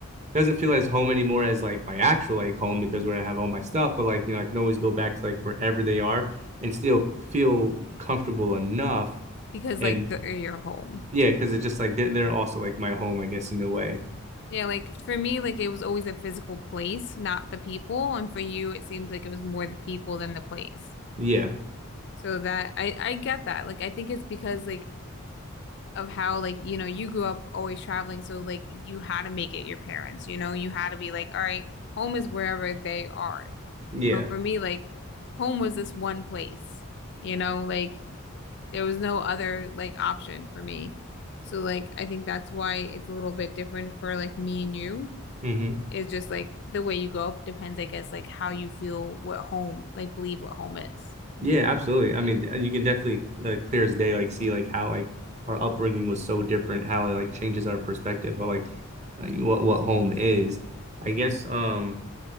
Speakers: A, on the right (about 30°); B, on the left (about 50°).
A: doesn't feel as home anymore as like my actual like home because where I have all my stuff, but like, you know, I can always go back to like wherever they are and still feel comfortable enough.
B: Because
A: And
B: like the or your home.
A: yeah, because it's just like they're, they're also like my home, I guess, in a way.
B: Yeah, like for me, like it was always a physical place, not the people. And for you, it seems like it was more the people than the place.
A: Yeah.
B: So that I I get that. Like I think it's because like of how like you know you grew up always traveling, so like you had to make it your parents. You know, you had to be like, all right, home is wherever they are.
A: Yeah.
B: You know, for me, like home was this one place. You know, like. There was no other like option for me. So like I think that's why it's a little bit different for like me and you.
A: hmm
B: It's just like the way you grow up depends, I guess, like how you feel what home, like believe what home is.
A: Yeah, absolutely. I mean, you can definitely uh, clear as day, like see like how like our upbringing was so different, how it like changes our perspective, but like uh, what what home is. I guess um